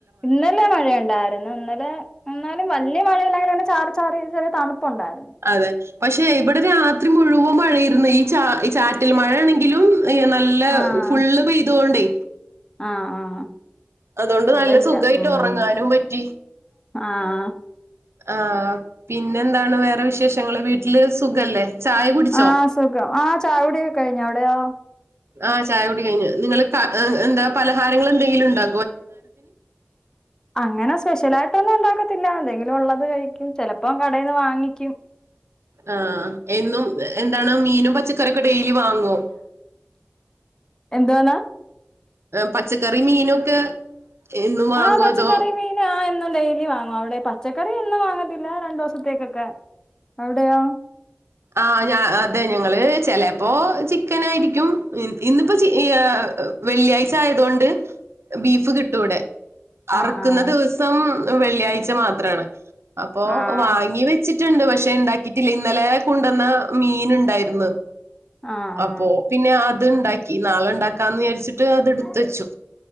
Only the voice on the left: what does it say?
ഇന്നലെ മഴയൊണ്ടായി പിന്നെ ഇന്നലെ എന്നാലും വല്യ മഴയില്ലെങ്കിലും അങ്ങനെ ചാറി ചാറി ചെറിയ തണുപ്പൊണ്ടാര്ന്ന്
ആഹ്
ആഹ് ആഹ്
ഇവിടെ
ഇല്ല
ഉം
ആഹ്
ആഹ് സുഖം ആഹ് ചായുടിയൊക്കെ കഴിഞ്ഞു അവിടെയോ
അങ്ങനെ സ്പെഷ്യലായിട്ടൊന്നും ഒണ്ടാക്കത്തില്ല എന്തെങ്കിലും ഒള്ളത് കഴിക്കും ചെലപ്പം കടേന്ന് വാങ്ങിക്കും
എന്തോന്ന്
ആഹ് പച്ചക്കറി
മീ നാ എന്നും ഡെയിലി വാങ്ങും അവടെ പച്ചക്കറി എന്നും വാങ്ങത്തില്ല രണ്ടൂസത്തേക്കൊക്കെ അവടെയോ
ആഹ് ആഹ്
ആഹ്
ആഹ്
ആഹ്